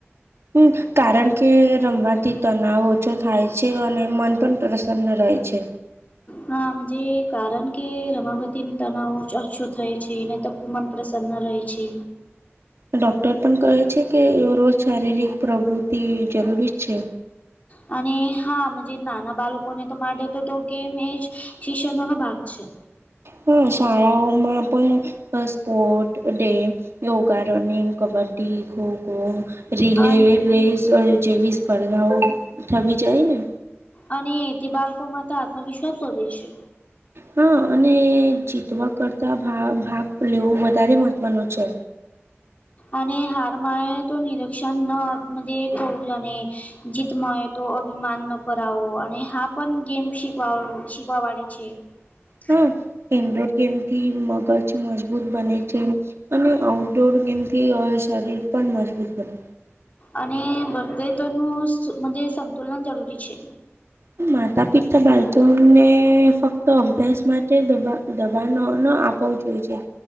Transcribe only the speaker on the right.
હમ કારણ કે રમવાથી તનાવ ઓછો થાય છે અને મન પણ પ્રસન્ન રહે છે
ડોક્ટર પણ કહે છે કે રોજ શારીરિક પ્રવૃતિ જરૂરી છે
હા શાળાઓમાં પણ અ sport day yoga running kabaddi kho relay
રેસ જેવી સ્પર્ધાઓ થવી જાય ને
હા અને જીતવા કરતા ભાગ લેવો વધારે મહત્વનો છે
હા, ઇન્ડોર ગેમથી મગજ મજબૂત બને છે. અને આઉટડોર ગેમથી અહ શરીર પણ મજબૂત બને.
એ માતા પિતા બાલકોને ફક્ત અભ્યાસ માટે દબા દબાણ નો ના અપાઉ પૂજા.